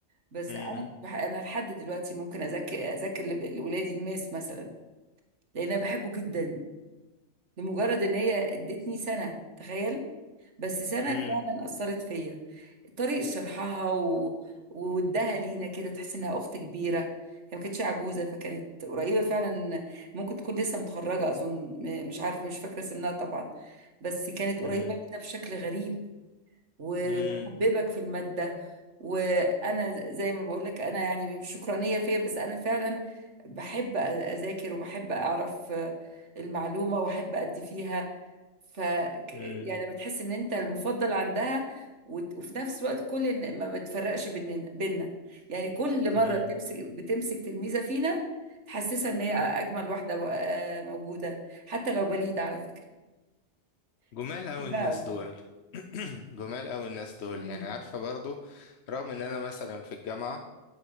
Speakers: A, on the right; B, on the left.
A: بس
B: مم،
A: انا كنت بح... انا لحد دلوقتي ممكن اذاكر اذاكر لب- لاولادي الماس مثلا لان انا بحبه جدا لمجرد ان هي ادتني سنه تخيل بس سنة
B: مم،
A: فعلا أثرت فيا طريقة شرحها و... وودها لينا كده تحس إنها أخت كبيرة هي ما كانتش عجوزة فكانت قريبة فعلا ممكن تكون لسه متخرجة أظن م- مش عارفة مش فاكرة سنها طبعا بس كانت
B: مم،
A: قريبة منا بشكل غريب وبتحببك
B: مم،
A: في المادة وأنا زي ما بقولك أنا يعني مش شكرانية فيا بس أنا فعلا بحب أ- أذاكر وبحب أعرف آه، المعلومة وأحب أدي فيها ف ك-
B: مم،
A: يعني لما تحس ان انت المفضل عندها وت- وفي نفس الوقت كل إن- ما بتفرقش بيننا بيننا يعني كل مره
B: مم.
A: بتمسك بتمسك تلميذه فينا تحسسها ان هي اجمل واحده و- آه، موجوده حتى لو بليده على فكره
B: جمال
A: فكنت
B: اوي
A: بحبها
B: الناس
A: قوي
B: دول <clears throat> جمال اوي الناس دول
A: مم.
B: يعني عارفة برضو رغم ان انا مثلا في الجامعة